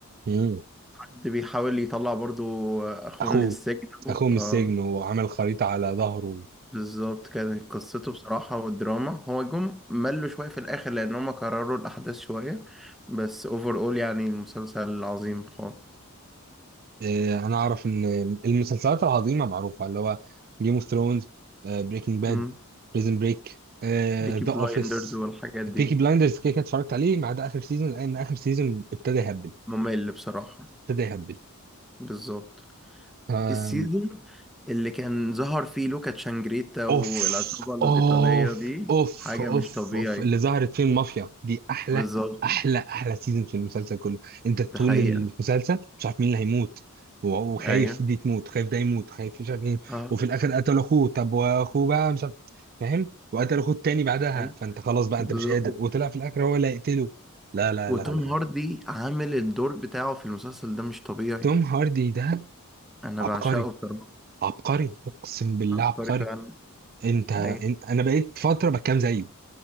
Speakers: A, on the right; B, in the centre.
A: مم.
B: حد بيحاول يطلع برضو اخوه
A: اخوه
B: من السجن و-
A: اخوه من
B: اه
A: السجن وعمل خريطه على ظهره
B: بالظبط كانت قصته بصراحة والدراما هو جم ملوا شوية في الآخر لأن هما كرروا الأحداث شوية بس اوفر اول يعني المسلسل عظيم خالص
A: آه، انا اعرف ان المسلسلات العظيمه معروفه اللي هو جيم اوف ثرونز بريكنج باد
B: امم
A: بريزن بريك
B: بيكي
A: ذا
B: بلايندرز
A: اوفيس
B: والحاجات دي
A: بيكي بلايندرز كده كده اتفرجت عليه ما عدا اخر سيزون لان اخر سيزون ابتدى يهبل
B: ممل بصراحة
A: ابتدى يهبل
B: بالظبط
A: آه،
B: السيزون اللي كان ظهر فيه لوكا تشانجريتا والعصابة
A: اوف
B: الإيطالية
A: اوف
B: دي
A: اوف
B: حاجة
A: اوف
B: مش طبيعي
A: اوف اللي ظهرت فيه المافيا دي احلى
B: بالظبط
A: احلى احلى سيزون في المسلسل كله انت طول
B: ده حقيقة
A: المسلسل مش عارف مين اللي هيموت و- وخايف
B: ايوه
A: دي تموت خايف ده يموت خايف مش عارف مين
B: اه
A: وفي الاخر قتل اخوه طب واخوه بقى مش عارف فاهم وقتل اخوه التاني بعدها
B: ايوه
A: فانت خلاص بقى
B: بالظبط
A: انت مش قادر وطلع في الاخر هو اللي هيقتله لا لا
B: وتوم
A: لا لا
B: هاردي عامل الدور بتاعه في المسلسل ده مش طبيعي
A: توم هاردي ده
B: انا
A: عبقري
B: بعشقه بصراحه
A: عبقري اقسم بالله
B: عبقري
A: عبقري
B: فعلا
A: انت
B: ايوه
A: إن- انا بقيت فتره بكام زيه